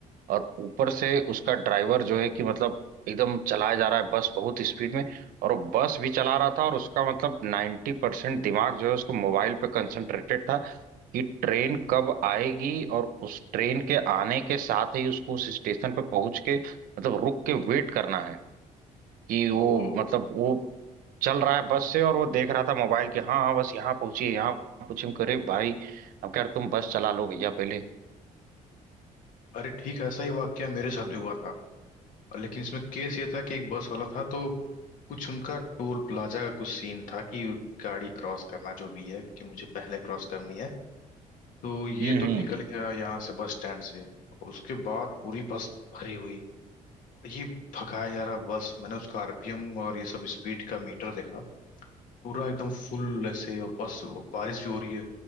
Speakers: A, on the right; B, on the left.
A: और ऊपर से उसका ड्राइवर जो है कि मतलब एकदम चलाया जा रहा है बस बहुत स्पीड में और वो बस भी चला रहा था और उसका मतलब नाइन्टी परसेंट दिमाग जो है उसको मोबाइल पे कंसंट्रेटेड था कि ट्रेन कब आएगी और उस ट्रेन के आने के साथ ही उसको उस स्टेशन पे पहुंच के मतलब रुक के वेट करना है कि वो
B: तो
A: मतलब वो चल रहा है बस से और वो देख रहा था मोबाइल के हाँ हाँ बस यहाँ पहुंचिए यहाँ पहुंचे करे भाई अब कह रहे, तुम बस चला लो भैया पहले
B: अरे ठीक है ऐसा ही वाकया मेरे साथ भी हुआ था और लेकिन इसमें केस ये था कि एक बस वाला था तो कुछ उनका टोल प्लाजा का कुछ सीन था कि गाड़ी क्रॉस करना जो भी है कि मुझे पहले क्रॉस करनी है तो ये
A: हम्म
B: तो
A: हम्म
B: निकल गया यहाँ से बस स्टैंड से उसके बाद पूरी बस भरी हुई ये भगाया जा रहा बस मैंने उसका आरपीएम और ये सब स्पीड का मीटर देखा पूरा एकदम फुल ऐसे और बस और बारिश भी हो रही है